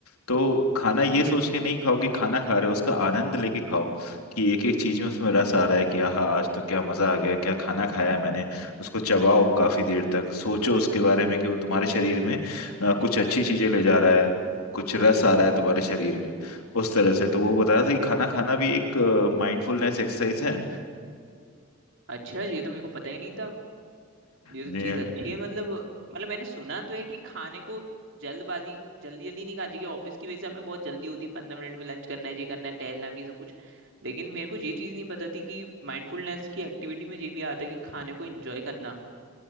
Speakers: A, on the left; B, on the right.
A: तो खाना ये सोच के नहीं खाओ कि खाना खा रहे हो उसका आनंद लेके खाओ कि एक एक चीज में उसमें रस आ रहा है कि आह आज तो क्या मजा आ गया क्या खाना खाया है मैंने उसको चबाओ काफी देर तक सोचो उसके बारे में कि वो तुम्हारे शरीर में अ, कुछ अच्छी चीजें ले जा रहा है कुछ रस आ रहा है तुम्हारे शरीर में उस तरह से तो वो बता रहा था कि खाना खाना भी एक माइंडफुलनेस एक्सरसाइज है
B: अच्छा ये तो मेरे को पता ही नहीं था ये तो
A: जी
B: चीज़
A: हाँ।
B: अच्छी है मतलब मतलब मैंने सुना तो है कि खाने को जल्दबाजी जल्दी जल्दी नहीं खाना चाहिए ऑफिस की वजह से हमें बहुत जल्दी होती है पंद्रह मिनट में लंच करना है ये करना है टहलना भी है, सब कुछ लेकिन मेरे को ये चीज़ नहीं पता थी कि माइंडफुलनेस की एक्टिविटी में ये भी आता है कि खाने को एंजॉय करना